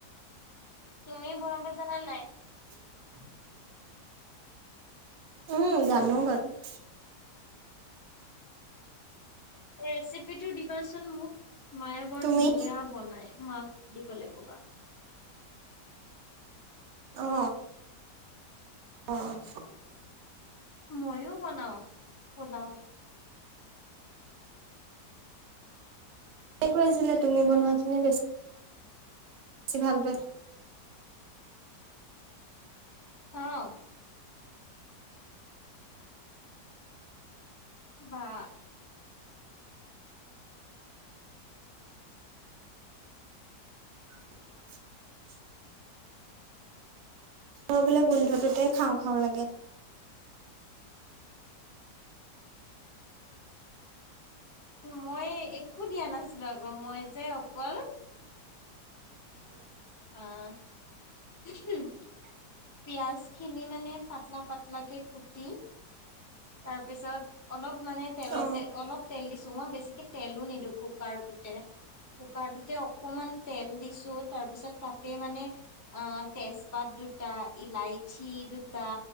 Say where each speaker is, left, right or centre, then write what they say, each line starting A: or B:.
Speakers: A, on the left; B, on the right.
A: তুমি বনাব জানা নাই?
B: <inaudible> উম জানো বাৰু
A: ৰেচিপি টো দিবাচোন মোক। মায়ে বৰ
B: তুমি
A: ধুনীয়া বনায়। মাক দিবলৈ ক'বা।
B: অ অ অ
A: মইয়ো বনাওঁ। পোলাও।
B: এ কৈ আছিলে তুমি বনোৱাজোনে বেছি বেছি ভাল পাই
A: অ বা!
B: <inaudible> মোৰ বোলে গোন্ধটোতে খাওঁ খাওঁ লাগে।
A: মই একো দিয়া নাছিলোঁ, আকৌ মই যে, অকল
B: <inaudible>
A: অ
B: <inaudible>
A: পিয়াজ খিনি মানে, পাতলা পাতলা কে কুটি তাৰ পিছত অলপ মানে, তেলতে
B: অ
A: অলপ তেল দিছোঁ মই বেছিকে তেলো নিদিওঁ। কুকাৰটোতে কুকাৰটোতে অকমান তেল দিছোঁ। তাৰপিছত তাতে মানে অ তেজপাত দু টা, ইলাইচি দুটা।